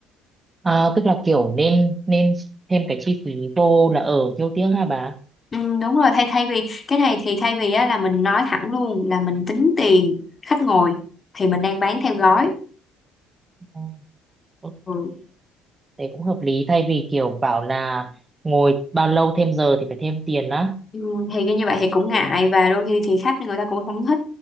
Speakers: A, on the right; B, on the left.
A: À, tức là kiểu nên nên thêm cái chi phí vô là ở nhiêu tiếng hả bà?
B: Ừ, đúng rồi thay thay vì cái này thì thay vì á, là mình nói thẳng luôn là mình tính tiền khách ngồi thì mình đang bán theo gói
A: Ừ, ok.
B: ừ.
A: thế cũng hợp lý thay vì kiểu bảo là ngồi bao lâu thêm giờ thì phải thêm tiền á
B: Ừ, thì cái như vậy thì cũng ngại và đôi khi thì khách người ta cũng không thích